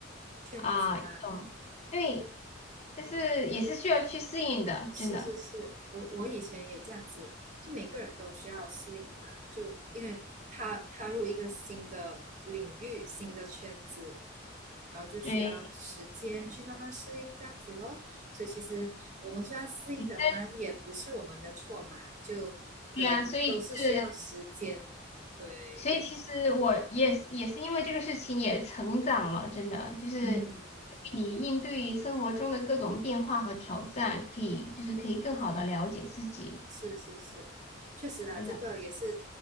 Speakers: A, on the right; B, on the left.
A: 圈子嘛，
B: 啊，一种对，但是也是需要去适应的，
A: 是是是，
B: 真的。
A: 我我以前也这样子，就每个人都需要适应嘛，就因为踏踏入一个新的领域、新的圈子，然后就需要时间去慢慢适应这样子咯。
B: 对，
A: 所以其实我们需要适应的慢，
B: 你真
A: 也不是我们的错嘛，就人都是需要时间。
B: 对呀，所以是。
A: 对，
B: 所以其实我也是也是因为这个事情也成长了，真的就是
A: 嗯，
B: 你应对生活中的各种变化和挑战，可以就是可以更好的了解自己，
A: 是是是，确实啦，
B: 真的。
A: 这个也是